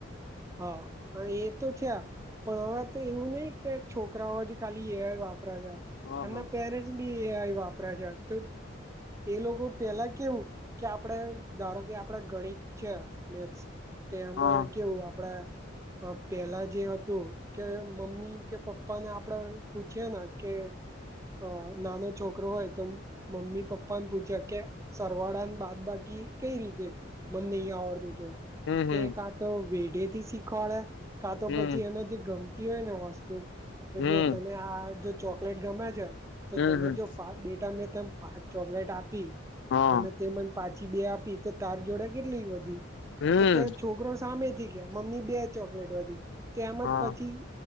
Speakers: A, on the right; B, on the left.
A: હા, અને એ તો થયા પણ હવે તો એવું નહી, કે છોકરાઓ જે ખાલી એ વાપરા છે,
B: હા
A: એમના
B: હા
A: પેરેન્ટસ બી એ વાપરા છે, તો એ લોકો પેલા કેવું કે આપડે ધારો કે આપડ ગણિત છે. મેથ તો એમાં
B: હા
A: કેવુ આપણા પેલા જે હતુ કે મમ્મી કે પપ્પા ને આપડે પૂછીય ને કે અ નાનો છોકરો હોય, તો મમ્મી પપ્પાને પૂછ્યા કે સરવાળાને બાદ બાકી કઈ રીતે મનેને નહી આવડતું હત
B: હમ
A: તે
B: હમ
A: કા તો વેઢે થી શીખવાડે કા તો
B: હમ
A: પછી, એને જે ગમ હોય ને વસ્તુ કે
B: હમ
A: જો તને આ જો ચોકલેટ ગમે છે. તો
B: હમ
A: તને
B: હમ
A: જો પા બેટા મેં ત પાચ ચોકલેટ આપી
B: હા
A: અને તે મને પાછી બે આપી તો તાર જોડાે કેટલી, વધી
B: હમ
A: તો કે છોકરો સામેથી મમ્મી બે ચોકલેટ વધી તેમમજ
B: હા
A: પછી